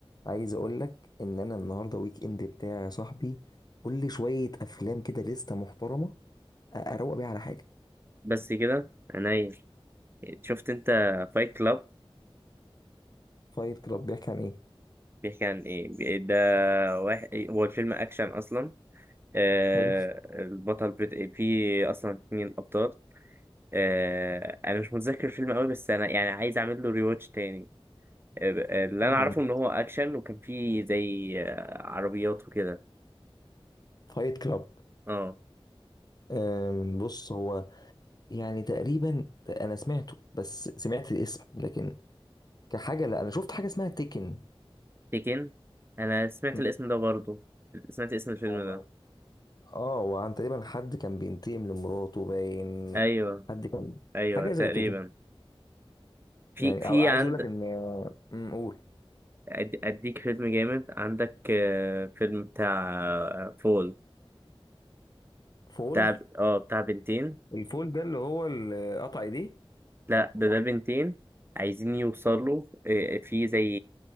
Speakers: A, on the left; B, on the right.
A: عايز اقول لك ان انا النهارده ويك اند بتاعي يا صاحبي قول لي شويه افلام كده لسته محترمه اروق بيها على حالي
B: بس كده عينيا شفت انت فايت كلاب
A: فايت كلاب بيحكي عن ايه
B: بيحكي عن ايه بي- ده واحد هو الفيلم اكشن اصلا آه
A: حلو
B: البطل بت... في اصلا اتنين ابطال آه انا مش متذكر الفيلم قوي بس انا يعني عايز اعمل له ريواتش تاني آه ب- آه، اللي
A: جامد
B: انا اعرفه ان هو اكشن وكان فيه زي آه عربيات وكده
A: فايت كلاب
B: اه
A: أم، بص هو يعني تقريبا انا سمعته بس سمعت الاسم لكن كحاجه لا انا شفت حاجه اسمها تيكن
B: تيكن انا سمعت
A: م،
B: الاسم ده برضو سمعت اسم الفيلم
A: هو
B: ده
A: اه وعن تقريبا حد كان بينتقم لمراته باين
B: ايوه
A: حد كان
B: ايوه
A: حاجه زي
B: تقريبا
A: كده
B: في
A: يعني
B: في
A: أو عايز
B: عند
A: اقول لك ان م، قول
B: أد- اديك فيلم جامد عندك آه، فيلم بتاع آه، فول
A: فول
B: بتاع اه بتاع بنتين
A: الفول ده اللي هو اللي قطع ايديه
B: لا ده ده بنتين عايزين يوصلوا آه، في زي